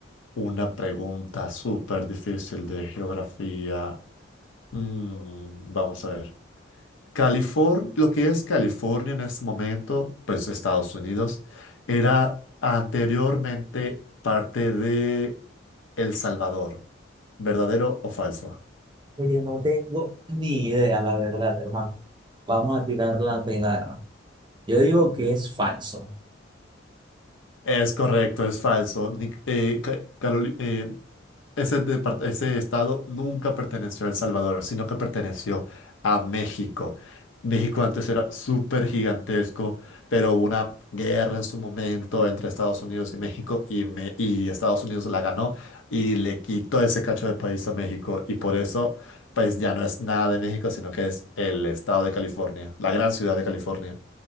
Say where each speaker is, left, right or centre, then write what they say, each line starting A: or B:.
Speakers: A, on the left (about 75°); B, on the right (about 25°).
A: una pregunta súper difícil de geografía. Mm, vamos a ver. California, lo que es California en este momento, pues Estados Unidos, era anteriormente parte de El Salvador. ¿Verdadero o falso?
B: Oye, no tengo ni idea, la verdad, hermano. Vamos a tirar la pegarra. Yo digo que es falso.
A: Es correcto, es falso. Ni- eh, Ca- Caroli- eh, ese, depart- ese estado nunca perteneció a El Salvador, sino que perteneció a México. México antes era súper gigantesco, pero hubo una guerra en su momento entre Estados Unidos y México y, Me- y Estados Unidos la ganó y le quitó ese cacho de país a México y por eso pues ya no es nada de México, sino que es el estado de California, la gran ciudad de California.